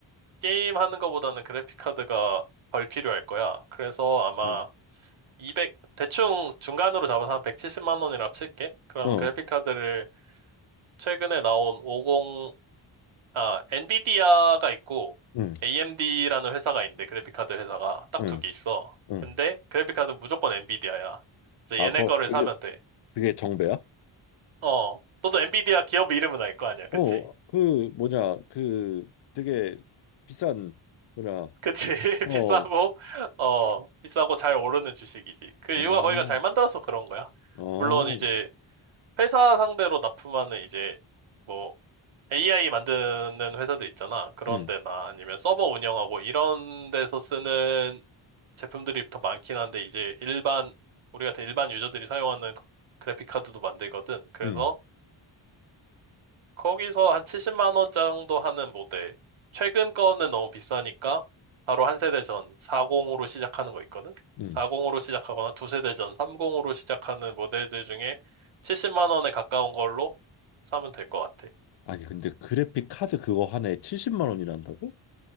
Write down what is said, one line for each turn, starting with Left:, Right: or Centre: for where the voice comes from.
Right: 게임 하는 거보다는 그래픽 카드가 덜 필요할 거야. 그래서 아마
Left: 음,
Right: 200, 대충 중간으로 잡아서 한 170만 원이라고 칠게. 그러면
Left: 어,
Right: 그래픽카드를 최근에 나온 50, 아, 엔비디아가 있고,
Left: 음,
Right: AMD라는 회사가 있는데, 그래픽카드 회사가 딱
Left: 음,
Right: 두 개 있어.
Left: 음.
Right: 근데 그래픽카드는 무조건 엔비디아야. 그래서
Left: 아,
Right: 얘네
Left: 거,
Right: 거를
Left: 그게,
Right: 사면 돼.
Left: 그게 정배야?
Right: 어, 너도 엔비디아 기업 이름은 알 거 아니야. 그치?
Left: 어, 그, 뭐냐, 그 되게 비싼, 뭐냐,
Right: 그치? <laughs>
Left: 어,
Right: 비싸고, 어, 비싸고 잘 오르는 주식이지. 그
Left: 어,
Right: 이유가 거기가 잘 만들어서 그런 거야.
Left: 어,
Right: 물론 이제 회사 상대로 납품하는 이제, 뭐 AI 만드는 회사들 있잖아. 그런
Left: 음,
Right: 데나 아니면 서버 운영하고 이런 데서 쓰는 제품들이 더 많긴 한데 이제 일반 우리 같은 일반 유저들이 사용하는 그래픽 카드도 만들거든. 그래서
Left: 음.
Right: 거기서 한 70만 원 정도 하는 모델. 최근 거는 너무 비싸니까 바로 한 세대 전 40으로 시작하는 거 있거든.
Left: 음.
Right: 40으로 시작하거나 두 세대 전 30으로 시작하는 모델들 중에 70만 원에 가까운 걸로 사면 될 것 같아.
Left: 아니, 근데 그래픽 카드 그거 하나에 70만 원이란다고?